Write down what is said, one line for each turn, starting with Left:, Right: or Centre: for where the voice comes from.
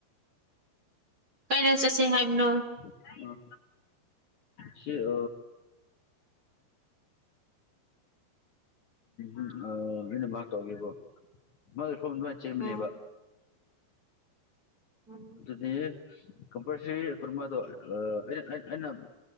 Right: ꯀꯩꯅ ꯆꯠꯁꯦ ꯍꯥꯏꯕꯅꯣ
Left: ꯑꯥ ꯁꯤ ꯑ ꯎ ꯑꯣ ꯑꯩꯅ ꯃꯥ ꯇꯧꯒꯦꯕꯣ ꯃꯥ ꯁꯣꯝ ꯑꯗꯨꯃꯥꯏꯅ ꯆꯦꯟꯕꯅꯦꯕ
Right: ꯎꯝ ꯎꯝ
Left: ꯑꯗꯨꯗꯤ ꯀꯝꯄꯜꯁꯔꯤ ꯀꯨꯃꯗꯨ ꯑꯩꯅ ꯑꯩꯅ